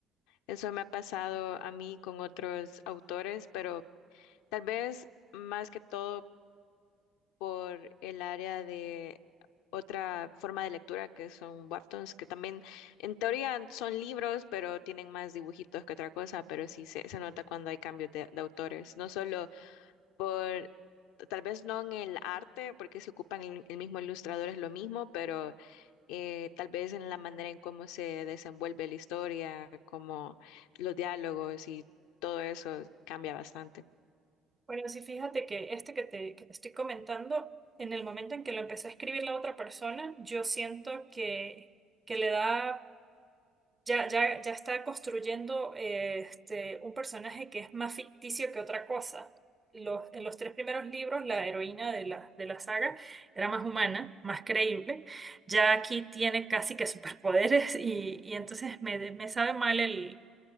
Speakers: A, on the left; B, on the right.
A: Eso me ha pasado a mí con otros autores, pero tal vez más que todo por el área de otra forma de lectura que son webtoons, que también en teoría son libros, pero tienen más dibujitos que otra cosa, pero sí se, se nota cuando hay cambios de, de autores, no solo por, tal vez no en el arte, porque se ocupan el, el mismo ilustrador, es lo mismo, pero eh, tal vez en la manera en cómo se desenvuelve la historia, como los diálogos y todo eso cambia bastante.
B: Bueno, sí, fíjate que este que te, que te estoy comentando, en el momento en que lo empezó a escribir la otra persona, yo siento que, que le da ya, ya, ya está construyendo eh, este, un personaje que es más ficticio que otra cosa. Los, en los tres primeros libros, la heroína de la, de la saga era más humana, más creíble. Ya aquí tiene casi que superpoderes <laughs> y, y entonces me, me sabe mal el,